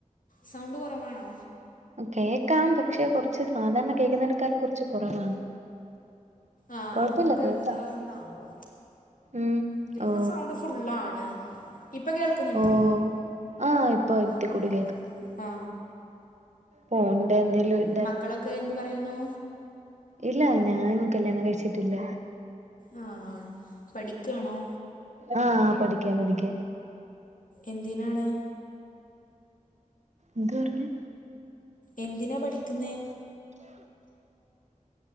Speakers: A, on the left; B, on the right.
A: സൗണ്ട് കുറവാണോ?
B: കേക്കാം, പക്ഷെ കുറച്ച് സാധാരണ കേൾക്കുന്നടക്കാലും കുറച്ച് കുറവാണ്.
A: ആ
B: കൊഴപ്പില്ല
A: അതെന്താന്നാവോ.
B: കേക്കാം ഉം
A: ഇതിലൊക്കെ
B: ഓ
A: സൗണ്ട് ഫുള്ളാണ്. ഇപ്പൊ കേൾക്കുന്നുണ്ടോ
B: ഓ ആഹ് ഇപ്പൊ ഇത്തി
A: ആ
B: കൂടി
A: ആ.
B: പോണ്ടെ എന്തേലും ഒരു..
A: മക്കളൊക്കെ എന്തു പറയുന്നു?
B: ഇല്ല ഞാൻ കല്ല്യാണം കഴിച്ചിട്ടില്ല.
A: ആ പഠിക്കാണോ?
B: ആ ആ പഠിക്കാ പഠിക്ക.
A: എന്തിനാണ്?
B: എന്തു പറഞ്ഞ്
A: എന്തിനാ പഠിക്കുന്നേ